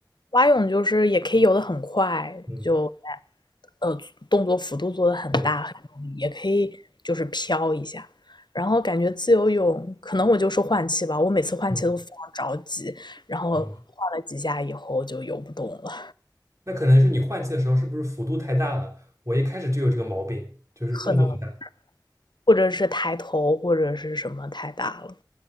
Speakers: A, on the left; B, on the right.
A: 蛙泳就是也可以游得很快，
B: 嗯，
A: 就呃动作幅度做得很大很用力，
B: 对，
A: 也可以就是飘一下。然后感觉自由泳，可能我就是换气吧，我每次换气都非常着急，
B: 嗯
A: 然后换了几下以后就游不动了，
B: 嗯，那可能是你换气的时候是不是幅度太大了？我一开始就有这个毛病，就是动作很大。
A: 可能或者是抬头或者是什么太大了